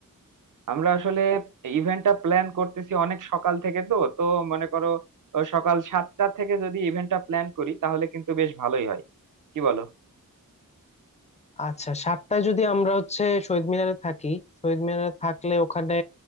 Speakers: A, on the right (about 60°); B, on the left (about 20°).
A: আমরা আসলে ইভেন্টটা প্ল্যান করতেছি অনেক সকাল থেকে তো তো মনে করো ও সকাল সাতটা থেকে যদি ইভেন্টটা প্ল্যান করি তাহলে কিন্তু বেশ ভালোই হয় কি বলো
B: আচ্ছা সাতটায় যদি আমরা হচ্ছে শহীদ মিনারে থাকি শহীদ মিনারে থাকলে ওখানে